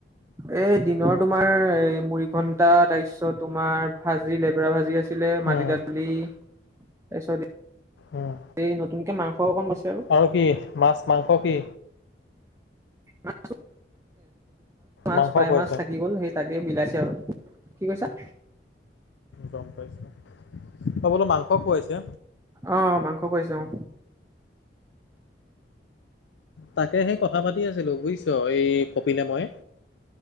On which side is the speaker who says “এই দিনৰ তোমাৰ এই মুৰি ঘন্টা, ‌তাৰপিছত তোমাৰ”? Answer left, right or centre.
Right